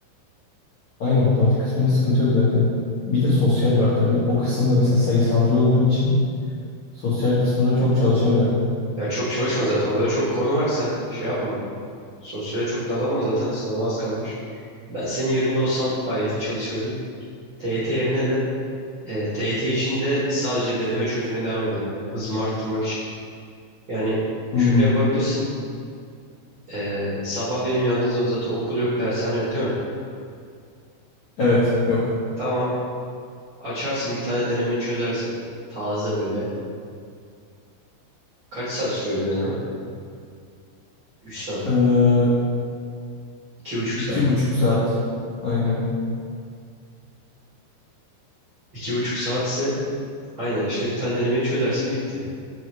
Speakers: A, on the left; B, on the right.
A: aynı matematik kısmında sıkıntı yok zaten. Bir de sosyal var tabii. O kısımda mesela sayısalcı olduğum için sosyal kısmına çok çalışamıyorum.
B: Ya çok çalışma zaten orada çok konu var sen şey yapma. Sosyale çok dalanma zaten sınava az kalmış. Ben senin yerinde olsam AYT çalışırdım. TYT yerine de e, TYT için de sadece deneme çözmeye devam ederdim yani hızımı arttırmak için. Yani
A: Hmm,
B: şöyle yapabilirsin. E, sabahleyin uyandığın zaman zaten okul yok, dershane yok değil mi?
A: evet yok.
B: Tamam. Açarsın bir tane denemeni çözersin. Taze böyle. Kaç saat sürüyor bir deneme? 3 saat.
A: Ee,
B: iki buçuk
A: iki
B: saat.
A: buçuk saat. Aynen.
B: 2,5 saat ise aynen işte bir tane denemeyi çözersin bitti.